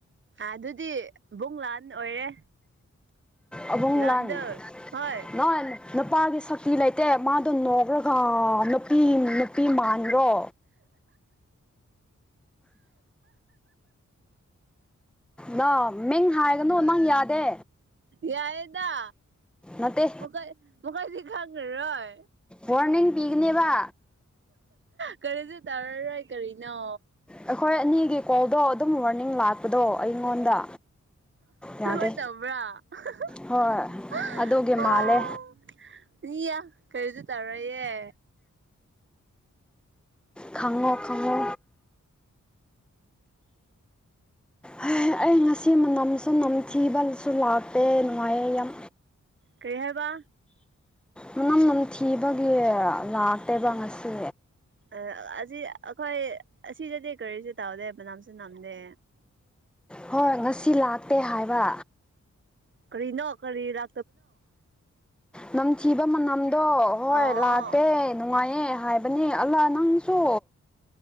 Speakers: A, on the right; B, in the centre.
A: ꯑꯗꯨꯗꯤ ꯏꯕꯨꯡ ꯂꯥꯟ ꯑꯣꯏꯔꯦ
B: ꯑꯕꯨꯡ
A: ꯂꯥꯟꯗꯣ
B: ꯂꯥꯟ
A: ꯍꯣꯏ
B: ꯅ ꯅꯨꯄꯥꯒꯤ ꯁꯛꯇꯤ ꯂꯩꯇꯦ ꯃꯥꯗꯣ ꯅꯣꯛ꯭ꯔꯒ ꯅꯨꯄꯤ ꯅꯨꯄꯤ ꯃꯥꯟꯈ꯭ꯔꯣ ꯅ ꯃꯤꯡ ꯍꯥꯏꯒꯅꯨ ꯅꯪ ꯌꯥꯗꯦ
A: ꯌꯥꯏꯗꯥ
B: ꯅꯠꯇꯦ
A: ꯃꯈꯥꯏ ꯃꯈ ꯀꯥꯏ ꯁꯤ ꯈꯒ ꯔꯣꯣꯏ
B: ꯋꯥꯔꯅꯤꯡ ꯄꯤꯒꯅꯦꯕ
A: ꯀꯔꯤꯁꯨ ꯇꯥꯔꯔꯣꯏ ꯀꯔꯤꯅꯣ
B: ꯑꯩꯈꯣꯏ ꯑꯅꯤꯒꯤ ꯀꯣꯜꯗꯣ ꯑꯗꯨꯝ ꯋꯥꯔꯅꯤꯡ ꯂꯥꯛꯄꯗꯣ ꯑꯩꯉꯣꯟꯗ ꯌꯥꯗꯦ
A: ꯍꯣꯏ ꯇꯧꯕ꯭ꯔꯥ <unintelligible>
B: ꯍꯣꯏ ꯑꯗꯨꯒꯤ ꯃꯥꯜꯂꯦ
A: ꯏꯌꯥ ꯀꯔꯤꯁꯨ ꯇꯧꯔꯣꯏꯌꯦ
B: ꯈꯪꯉꯣ ꯈꯪꯉꯣ ꯍꯩ ꯑꯩ ꯉꯁꯤ ꯃꯅꯝꯁꯨ ꯅꯝꯊꯤꯕꯁꯨ ꯂꯥꯛꯇꯦ ꯅꯨꯡꯉꯥꯏꯌꯦ ꯌꯥꯝ
A: ꯀꯔꯤ ꯍꯥꯏꯕ
B: ꯃꯅꯝ ꯅꯝꯊꯤꯕꯒꯤ ꯂꯥꯛꯇꯦꯕ ꯉꯁꯤ
A: ꯑ ꯑꯁꯤ ꯑꯩꯈꯣꯏ ꯑꯁꯤꯗꯗꯤ ꯀꯔꯤꯁꯨ ꯇꯥꯎꯗꯦ ꯃꯅꯝꯁꯨ ꯅꯝꯗꯦ
B: ꯍꯣꯏ ꯉꯁꯤ ꯂꯥꯛꯇꯦ ꯍꯥꯏꯕ
A: ꯀꯔꯤꯅꯣ ꯀꯔꯤꯔꯥ
B: ꯅꯝꯊꯤꯕ ꯃꯅꯝꯗꯣ ꯍꯣꯏ
A: ꯑꯣ
B: ꯂꯥꯛꯇꯦ ꯅꯨꯡꯉꯥꯏꯌꯦ ꯑꯦ ꯍꯥꯏꯕꯅꯦ ꯑꯜꯂꯥ ꯅꯪꯁꯨ